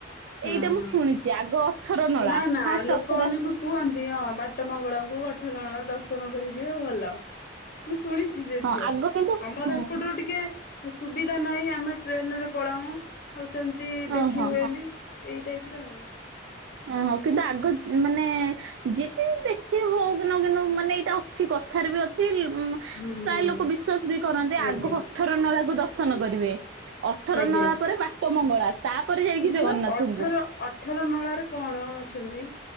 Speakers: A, on the left (about 50°); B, on the right (about 75°).
A: ହଁ
B: ଏଇଟା ମୁଁ
A: ହଁ
B: ଶୁଣିଚି ଆଗ ଅଠର ନଳା
A: ନା ନା
B: ଫାଷ୍ଟ
A: ଲୋକମାନେ
B: ଅଠର
A: ବି କୁହନ୍ତି ହଁ ବାଟ ମଙ୍ଗଳାଙ୍କୁ ଅଠରନଳା ଦର୍ଶନ କରି ଝିଅ ଭଲ ମୁଁ ଶୁଣିଚି ଯେ
B: ହଁ
A: ଝିଅ
B: ଆଗ କିନ୍ତୁ
A: ଆମର
B: ହୁଁ,
A: ଏପଟୁ ଟିକେ ସୁବିଧ ଧା ନାହିଁ ଆମେ ଟ୍ରେନ ରେ ପଳାଉ ଆଉ ସେମତି
B: ଓହୋ
A: ଦେଖି ହୁଏନି ଏଇଟ ଟାଇପ ର ଆଉ।
B: ଓ ହୋ କିନ୍ତୁ ଆଗ ମାନେ ଯିବେ ଦେଖି ହଉ କି ନ ହଉ କିନ୍ତୁ ମାନେ ଏଇଟା ଅଛି। କଥାରେ ବି ଅଛି। ଉ
A: ହୁଁ
B: ପ୍ରାୟ
A: ହୁଁ
B: ଲୋକ ବିଶ୍ଵାସ ବି କରନ୍ତି
A: ଆଜ୍ଞା
B: ଆଗ ଅଠର ନଳାକୁ ଦର୍ଶନ କରିବେ। ଅଠର
A: ଆଜ୍ଞା
B: ନଳା ପରେ ବାଟ ମଙ୍ଗଳା। ତାପରେ ଯାଇକି
A: ଝିଅ
B: ଜଗନ୍ନାଥଙ୍କୁ।
A: ଅଠର ଅଠର ନଳାରେ କଣ ଅଛନ୍ତି?